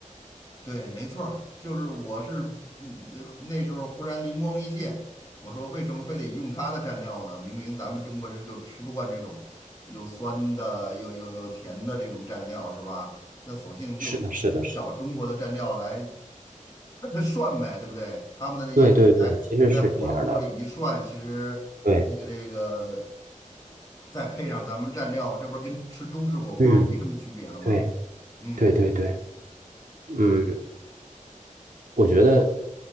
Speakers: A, on the left; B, on the right.
A: 对，没错儿，就是我是，嗯，呃那时候忽然灵光一现，我说为什么非得用它的蘸料呢？明明咱们中国人就吃不惯这种有酸的、有有有甜的这种蘸料，是吧？那索性就找中国的蘸料来
B: 是的，是的，是的。
A: <laughs> 涮呗，对不对？他们的那些食材在火锅里一涮，
B: 对对对，其实是这样的。
A: 其实那个这个
B: 对，
A: 再配上咱们蘸料，这不是跟吃中式火锅没什么区别了吗？
B: 嗯，对
A: 嗯
B: 对对对，嗯。我觉得